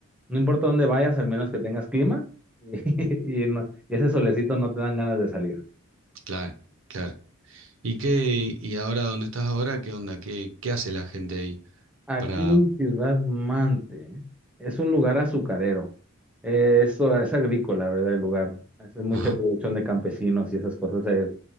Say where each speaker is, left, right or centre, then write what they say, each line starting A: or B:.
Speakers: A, in the centre; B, on the right.
A: no importa dónde vayas, al menos que tengas clima <laughs> y, no- y ese solecito no te dan ganas de salir.
B: claro, claro. ¿Y qué, y ahora dónde estás ahora? ¿Qué onda? ¿Qué, qué hace la gente ahí
A: Aquí
B: para...
A: en Ciudad Mante es un lugar azucarero. Eh, Eso es agrícola, ¿verdad? El lugar. Hace mucha
B: Ajá,
A: producción de campesinos y esas cosas. Eh,